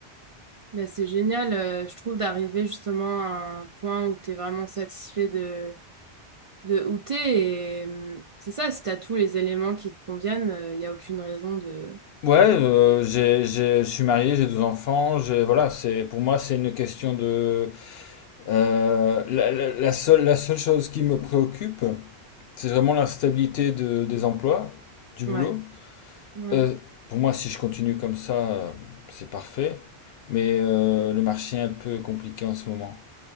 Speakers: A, on the right; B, on the left.
A: Ben, c'est génial, euh, je trouve, d'arriver justement à un point où tu es vraiment satisfait de, de où tu es. Et hum, c'est ça, si tu as tous les éléments qui te conviennent, il n'y a aucune raison de...
B: Ouais, euh, j'ai, j'ai- je suis marié, j'ai deux enfants, j'ai, voilà, c'est, pour moi, c'est une question de... euh, la, la- la seule, la seule chose qui me préoccupe, c'est vraiment la stabilité de- des emplois, du boulot.
A: Ouais, ouais.
B: Euh, pour moi, si je continue comme ça, euh, c'est parfait. Mais euh, le marché est un peu compliqué en ce moment.